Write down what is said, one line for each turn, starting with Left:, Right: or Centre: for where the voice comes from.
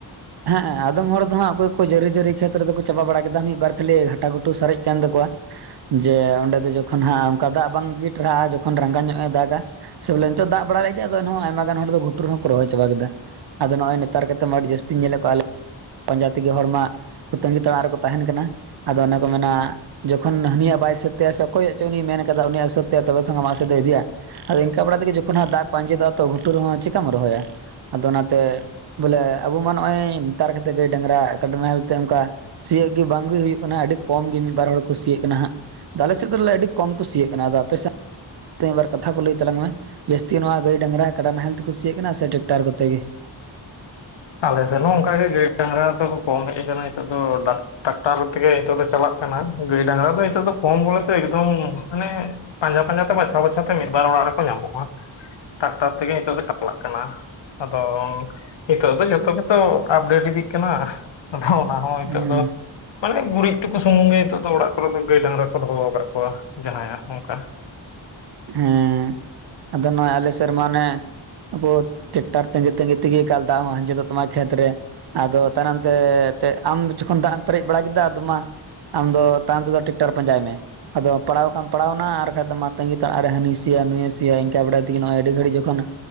Right: ᱦᱮᱸ ᱮ ᱟᱫᱚᱢ ᱦᱚᱲ ᱫᱚ ᱦᱟᱸᱜ ᱚᱠᱚᱭ ᱠᱚ ᱡᱟᱹᱨᱤ ᱡᱟᱹᱨᱤ ᱠᱷᱮᱛ ᱨᱮᱫᱚᱠᱚ ᱪᱟᱵᱟ ᱵᱟᱲᱟ ᱠᱮᱫᱟ ᱢᱤᱫ ᱵᱟᱨ ᱠᱷᱟᱹᱞᱤ ᱜᱷᱟᱴᱟ ᱜᱷᱩᱴᱩ ᱥᱟᱨᱮᱡ ᱠᱟᱱ ᱛᱟᱠᱚᱣᱟ ᱾ ᱡᱮ ᱚᱸᱰᱮ ᱫᱚ ᱡᱚᱠᱷᱚᱱ ᱦᱟᱸᱜ ᱚᱱᱠᱟ ᱫᱟᱜ ᱵᱟᱝ ᱜᱤ ᱴᱨᱟᱜ-ᱟ ᱡᱚᱠᱷᱚᱱ ᱨᱟᱸᱜᱟ ᱧᱚᱜᱼᱮ ᱫᱟᱜᱟᱼᱼ ᱥᱮ ᱵᱚᱞᱮ ᱱᱤᱛᱚᱜ ᱫᱟᱜ ᱵᱟᱲᱟᱭᱮᱫ ᱜᱮᱭᱟ ᱟᱫᱚ ᱮᱱᱦᱚᱸ ᱟᱭᱢᱟ ᱜᱟᱱ ᱦᱚᱲ ᱜᱩᱴᱩᱨ ᱦᱚᱸᱠᱚ ᱨᱚᱦᱚᱭ ᱪᱟᱵᱟ ᱠᱮᱫᱟ ᱾ ᱟᱫᱚ ᱱᱚᱜᱼᱚᱭ ᱱᱮᱛᱟᱨ ᱠᱟᱛᱮ ᱢᱟ ᱟᱹᱰᱤ ᱡᱟᱹᱥᱛᱤᱧ ᱧᱮᱞᱮᱫ ᱠᱚᱣᱟ ᱯᱟᱸᱡᱟ ᱛᱮᱜᱮ ᱦᱚᱲ ᱢᱟᱼᱼ ᱛᱟᱹᱜᱤ ᱛᱟᱲᱟ ᱨᱮᱠᱚ ᱛᱟᱦᱮᱱ ᱠᱟᱱᱟ, ᱟᱫᱚ ᱚᱱᱮ ᱠᱚ ᱢᱮᱱᱟᱼᱼ ᱡᱚᱠᱷᱚᱱ ᱦᱟᱹᱱᱤᱭᱟᱜ ᱵᱟᱭ ᱥᱟᱹᱛ ᱛᱟᱭᱟ ᱥᱮ ᱚᱠᱚᱭᱟᱜ ᱪᱚᱭ ᱩᱱᱤᱤᱭ ᱢᱮᱱ ᱠᱟᱫᱟ ᱩᱱᱤᱭᱟᱜ ᱥᱟᱹᱛ ᱛᱟᱭᱟ, ᱛᱚᱵᱮ ᱛᱚ ᱟᱢᱟᱜ ᱥᱟᱹᱛ ᱮ ᱤᱫᱤᱭᱟ ᱾ ᱟᱫᱚ ᱤᱱᱠᱟ ᱵᱟᱲᱟ ᱛᱮᱜᱮ ᱡᱚᱠᱷᱚᱱᱟᱸᱜ ᱫᱟᱜ ᱠᱚ ᱟᱸᱡᱮᱫᱚᱜ-ᱟ ᱜᱷᱩᱴᱩ ᱨᱮᱦᱚᱸ ᱪᱤᱠᱟᱢ ᱨᱚᱦᱚᱭᱟ ᱾ ᱟᱫᱚ ᱚᱱᱟᱛᱮ, ᱵᱚᱞᱮ ᱟᱵᱚ ᱢᱟ ᱱᱚᱜᱼᱚᱭ ᱱᱮᱛᱟᱨ ᱜᱮᱛᱚ ᱜᱟᱹᱭ ᱰᱟᱝᱨᱟ ᱚᱠᱟᱫᱚᱢ ᱦᱚᱛᱮ ᱛᱮ ᱚᱱᱠᱟᱼᱼ ᱥᱤᱭᱳᱜ ᱜᱮ ᱵᱟᱝᱜᱮ ᱦᱩᱭᱩᱜ ᱠᱟᱱᱟ ᱟᱹᱰᱤ ᱠᱚᱢ ᱜᱮ ᱢᱤᱫ ᱵᱟᱨ ᱦᱚᱲ ᱠᱚ ᱥᱤᱭᱳᱜ ᱠᱟᱱᱟ ᱦᱟᱸᱜ ᱾ ᱟᱞᱮ ᱥᱮᱫ ᱫᱚ ᱮ ᱟᱹᱰᱤ ᱠᱚᱢ ᱠᱚ ᱥᱤᱭᱳᱜ ᱠᱟᱱᱟ ᱾ ᱟᱯᱮ ᱥᱮᱫ? ᱡᱤᱫ ᱵᱟᱨ ᱠᱟᱛᱷᱟ ᱠᱚ ᱞᱟᱹᱭ ᱛᱟᱞᱟᱝ ᱢᱮ, ᱡᱟᱹᱥᱛᱤ ᱱᱚᱣᱟ ᱜᱟᱹᱭ ᱰᱟᱝᱨᱟ ᱠᱟᱰᱟ ᱱᱟᱦᱮᱞ ᱛᱮ ᱠᱩ ᱥᱤᱭᱩᱜ ᱠᱟᱱᱟ ᱥᱮ ᱴᱨᱟᱠᱴᱟᱨ ᱠᱚᱛᱮ ᱜᱮ ᱾
Left: ᱟᱞᱮ ᱥᱮᱫ ᱚᱱᱠᱟᱜ ᱜᱮ ᱜᱟᱹᱭ ᱰᱟᱝᱨᱟ ᱫᱚᱠᱚ ᱠᱚᱢ ᱦᱮᱡ ᱟᱠᱟᱱᱟ ᱱᱤᱛᱚᱜ ᱫᱚ ᱰᱟᱼᱼ ᱴᱨᱟᱠᱴᱟᱨ ᱛᱮᱜᱮ ᱱᱤᱛᱚᱜ ᱫᱚ ᱪᱟᱞᱟᱜ ᱠᱟᱱᱟ, ᱜᱟᱹᱭ ᱰᱟᱝᱨᱟ ᱫᱚ ᱱᱤᱛᱚᱜ ᱫᱚ ᱠᱚᱢ ᱵᱚᱞᱮᱛᱮ ᱮᱠᱫᱚᱢ ᱢᱟᱱᱮᱼᱼ ᱯᱟᱸᱡᱟ ᱯᱟᱸᱡᱟ ᱛᱮ ᱵᱟᱪᱷᱟᱣ ᱵᱟᱪᱷᱟᱣᱛᱮ ᱢᱤᱫ ᱵᱟᱨ ᱚᱲᱟᱜ ᱨᱮᱠᱚ ᱧᱟᱢᱚᱜᱼᱟ ᱾ ᱴᱟᱠᱴᱟᱨ ᱛᱮᱜᱮ ᱱᱤᱛᱚᱜ ᱫᱚ ᱪᱟᱞᱟᱜ ᱠᱟᱱᱟ ᱾ ᱟᱫᱚᱼᱼ ᱱᱤᱛᱚᱜ ᱫᱚ ᱡᱚᱛᱚ ᱜᱮᱛᱚ ᱟᱯᱰᱮᱴ ᱤᱫᱤᱜ ᱠᱟᱱᱟ, ᱟᱫᱚ ᱚᱱᱟ ᱦᱚᱸ ᱱᱤᱛᱚᱜ
Right: ᱦᱮᱸ
Left: ᱫᱚᱼᱼ ᱢᱟᱱᱮ ᱜᱩᱨᱤᱡ ᱴᱩᱠᱩ ᱥᱩᱢᱩᱝ ᱜᱮ ᱱᱤᱛᱚᱜ ᱫᱚ ᱚᱲᱟᱜ ᱠᱚᱨᱮ ᱫᱚ ᱜᱟᱹᱭ ᱰᱟᱝᱨᱟ ᱠᱚ ᱫᱚᱦᱚ ᱟᱠᱟᱫ ᱠᱚᱣᱟ ᱡᱟᱦᱟᱭᱟᱜ ᱚᱱᱠᱟ ᱾
Right: ᱦᱮᱸ ᱟᱫᱚ ᱱᱚᱜᱼᱚᱭ ᱟᱞᱮ ᱥᱮᱫ ᱨᱮᱢᱟ ᱚᱱᱮᱼᱼ ᱵᱟᱹᱫᱽ ᱴᱮᱨᱟᱠᱴᱟᱨ ᱛᱟᱹᱜᱤ ᱛᱟᱹᱜᱤ ᱛᱮᱜᱮ ᱛᱟᱦᱞᱮ ᱫᱟᱜ ᱦᱚᱸ ᱟᱸᱡᱮᱫᱚᱜ ᱛᱟᱢᱟ ᱠᱷᱮᱛ ᱨᱮ ᱾ ᱟᱫᱚ ᱛᱟᱭᱱᱚᱢ ᱛᱮ ᱮᱱᱛᱮᱫ ᱟᱢ ᱡᱚᱠᱷᱚᱱ ᱫᱟᱜ ᱮᱢ ᱯᱮᱨᱮᱡ ᱵᱟᱲᱟ ᱠᱮᱫᱟ ᱟᱫᱚ ᱢᱟᱼᱼ ᱟᱢᱫᱚ ᱛᱟᱭᱚᱢ ᱛᱮᱫᱚ ᱴᱮᱤᱠᱴᱟᱨ ᱯᱟᱸᱡᱟᱭ ᱢᱮ, ᱟᱫᱚ ᱯᱟᱲᱟᱣ ᱠᱷᱟᱱ ᱯᱟᱲᱟᱣ ᱮᱱᱟ ᱟᱨ ᱵᱟᱠᱷᱟᱱ ᱫᱚ ᱢᱟᱼᱼ ᱛᱟᱝᱜᱤ ᱛᱟᱲᱟᱜ ᱨᱮ ᱦᱟᱹᱱᱤ ᱥᱮᱭᱟ ᱱᱩᱭᱮ ᱥᱮᱭᱟ ᱤᱱᱠᱟ ᱵᱟᱲᱟ ᱛᱮᱜᱮ ᱱᱚᱜᱼᱚᱭ ᱟᱹᱰᱤ ᱜᱷᱟᱹᱲᱤᱡ ᱡᱚᱠᱷᱚᱱᱼᱼ